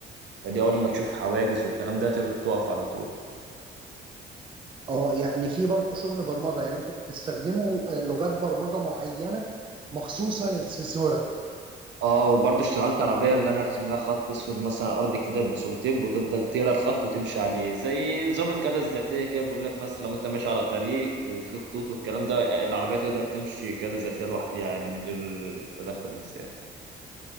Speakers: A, on the right; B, on the right.
A: فدي أول ما تشوف حواجز والكلام ده تب- تقف على طول
B: اه يعني في برضو شغل برمجه يعني انتوا بتستخدموا آه، لغات برمجه معينه مخصوصه للسنسوره
A: اه وبرضه اشتغلت عربية اللي انا ارسم لها خط اسود مثلا على الارض كده بسولوتيب وتفضل تقرا الخط وتمشي عليه زي نظام القيادة الذاتية كده بيقول لك مثلا لو انت ماشي على طريق وفي خطوط والكلام ده العربية تقدر تمشي قيادة ذاتية لوحدها يعني من غير تدخل انسان